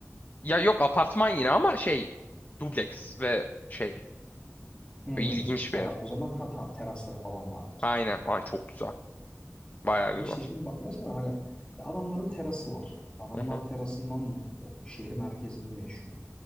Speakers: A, on the left; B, on the left.
A: ya yok apartman yine ama şey dubleks ve şey
B: Hmm,
A: ilginç
B: tera-
A: bir ev.
B: o zaman ha tamam terasları falan vardır.
A: Aynen. Ay, çok güzel. Bayağı güzel.
B: E İşte şimdi bak mesela hani ya adamların terası var. Adamlar
A: Hı hı.
B: terasından mutlu. Şehir merkezinde yaşıyor.